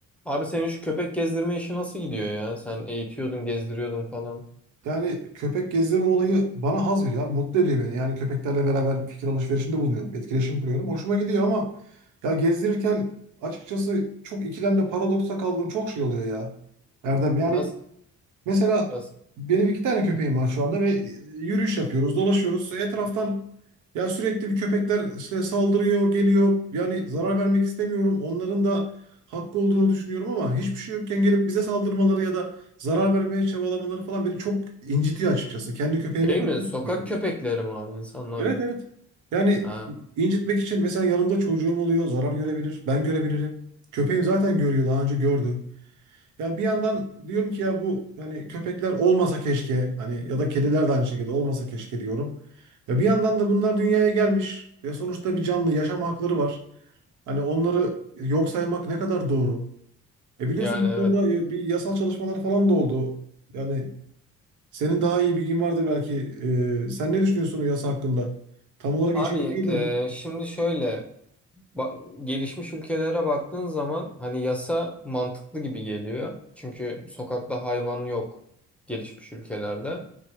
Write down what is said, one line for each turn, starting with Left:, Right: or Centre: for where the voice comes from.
Centre: Abi senin şu köpek gezdirme işi nasıl gidiyor ya? Sen eğitiyordun, gezdiriyordun falan.
Right: Yani köpek gezdirme olayı bana haz veriyor abi. Mutlu ediyor beni. Yani köpeklerle beraber fikir alışverişinde bulunuyorum. Etkileşim kuruyorum. Hoşuma gidiyor ama ya gezdirirken açıkçası çok ikilemde paradoksa kaldığım çok şey oluyor ya. Erdem yani
Centre: Nasıl?
Right: Mesela
Centre: Nasıl?
Right: benim iki tane köpeğim var şu anda ve yürüyüş yapıyoruz, dolaşıyoruz. Etraftan ya sürekli bir köpekler işte saldırıyor, geliyor. Yani zarar vermek istemiyorum. Onların da hakkı olduğunu düşünüyorum ama hiçbir şey yokken gelip bize saldırmaları ya da zarar vermeye çabalamaları falan beni çok incitiyor açıkçası. Kendi köpeğimi
Centre: Şey
Right: korkutuyorum.
Centre: mi? Sokak köpekleri mi abi? insanlar
Right: Evet
Centre: mı?
Right: evet. Yani
Centre: Ha,
Right: incitmek için mesela yanımda çocuğum oluyor, zarar görebilir, ben görebilirim. Köpeğim zaten görüyor, daha önce gördü. Yani bir yandan diyorum ki ya bu hani köpekler olmasa keşke hani ya da kediler de aynı şekilde olmasa keşke diyorum. Ya bir yandan da bunlar dünyaya gelmiş ve sonuçta bir canlı yaşam hakları var. Hani onları yok saymak ne kadar doğru? E biliyorsun
Centre: yani
Right: bu
Centre: evet.
Right: konuda ya- bir yasal çalışmalar falan da oldu. Yani senin daha iyi bilgin vardır belki. E, sen ne düşünüyorsun o yasa hakkında? Tam olarak
Centre: Abi
Right: içeriği neydi
Centre: e,
Right: onun?
Centre: şimdi şöyle ba- gelişmiş ülkelere baktığın zaman hani yasa mantıklı gibi geliyor. Çünkü sokakta hayvan yok gelişmiş ülkelerde.